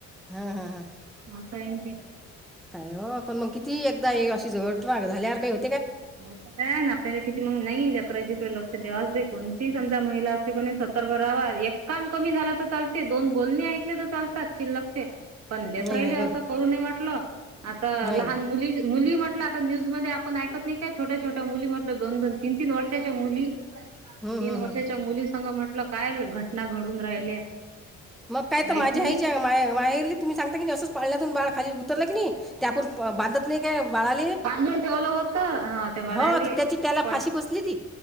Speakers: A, in the centre; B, on the right.
A: हा हा ह
B: असय न ते
A: काय हो पण मग किती एकदा अशी झवट ना झाल्यार काही हो.
B: ब पण आप क मग नाही जकडे जिकडे लक्ष द्यावाच कोणती समजा महिला असते कोणी सतर्क राहावा एककाम कमी झालं तर चालते दोन बोलणी ऐकले तर चालतात शिल्लक ते. पण
A: नाही
B: लेकर राहिले
A: नाही बरं
B: असं करु म्हटलं आता
A: नाही
B: लहान मुली मुली म्हटलं आता न्यूज मध्ये आपण ऐकत नाही का छोट्या छोट्या मुली म्हटल दोन दोन तीन तीन वर्षाच्या मुली
A: हं,
B: तीन
A: हं, हं.
B: वर्षाच्या मुली संघ म्हटलं काय घटना घडून राहिल्या.
A: मग काय तर
B: माहित
A: माझ्या
B: नाही
A: आईच्या मा माहेरली तुम्ही सांगता की असंच पाळण्यातून बाळ खाली उतरलं क नाही. ते आपण बांधत नाही का बाळाले
B: बांधून ठेवलं होतं हा त्या बाळाले
A: हो त्याची त्याला
B: पण
A: फाशी बसली ती